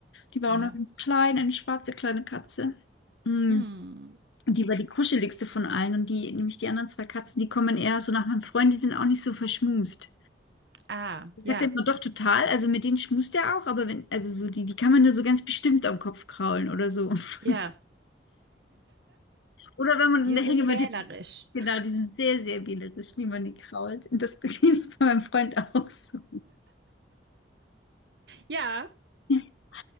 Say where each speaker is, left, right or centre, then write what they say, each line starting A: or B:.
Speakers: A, on the left; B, on the right.
A: Die war
B: ja.
A: auch noch
B: Yeah.
A: ganz klein, eine schwarze kleine Katze. Mm.
B: Hm.
A: Und Die war die kuscheligste von allen und die, nämlich die anderen zwei Katzen, die kommen eher so nach meinem Freund, die sind auch nicht so verschmust.
B: Ah,
A: Ich
B: ja,
A: sag dann immer, doch total, also mit denen schmust er auch, aber wenn, also so die, die kann man nur so ganz bestimmt am Kopf kraulen oder so. <laughs>
B: ja.
A: Oder wenn man
B: Die
A: in der
B: sind
A: Hängematte,
B: wählerisch.
A: genau, die sind sehr, sehr wählerisch, wie man die krault. Und das <laughs> ist bei meinem Freund auch so.
B: Ja.
A: Er